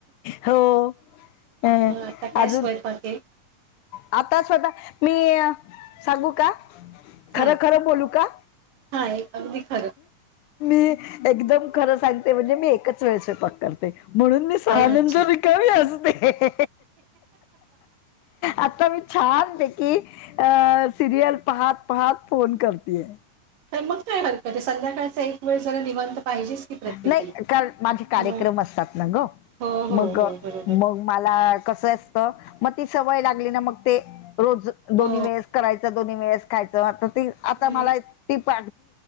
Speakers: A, on the left; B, on the right.
A: हो. अ
B: मग आता कायच
A: अजून
B: वळपात आहे
A: आता स्वतः मी सांगू का
B: हां
A: खरं खरं बोलू का
B: हां एक अगदी खरं
A: मी एकदम खरं सांगते म्हणजे मी एकच वेळेस पक करते म्हणून मी सानंदर
B: अरे अच्छा
A: रिकव असते आता ममही छान देी अ सिरियल पाहात पाहात फोन करतेय
B: का मग काय हरकत आहे संध्याकाळचा एक वेळ जरा दिवंत पाहिजेच की प्रत्येकी
A: नाही कार माझे कार्यक्रम
B: मग
A: असतात ना ग
B: हो हो
A: मग
B: हो बरोबर
A: मग मला कस असत मग ती सवय लागली ना मग ते रोज
B: हो
A: दोन् वेळेस करायच दोन्ही वेळेस खायच
B: हम्म,
A: आ मला त